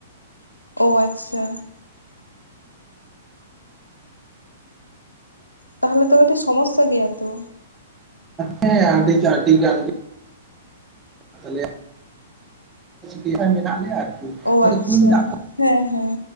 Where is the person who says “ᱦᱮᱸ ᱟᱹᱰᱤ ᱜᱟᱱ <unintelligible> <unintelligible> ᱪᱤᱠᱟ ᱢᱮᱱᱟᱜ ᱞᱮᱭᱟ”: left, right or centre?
Right